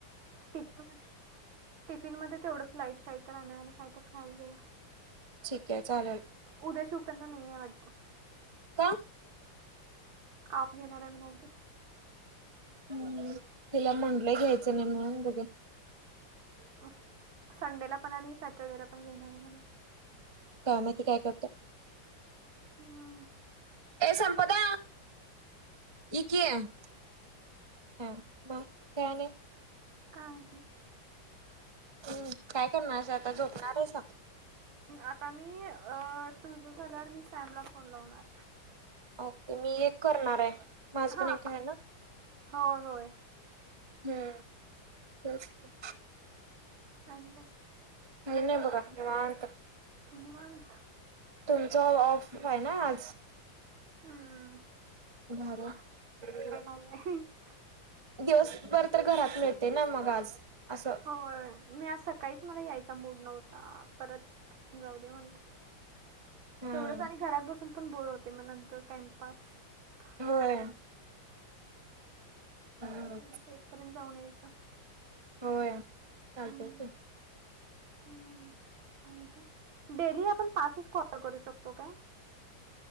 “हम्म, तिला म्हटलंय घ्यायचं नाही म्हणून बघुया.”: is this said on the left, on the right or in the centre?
Right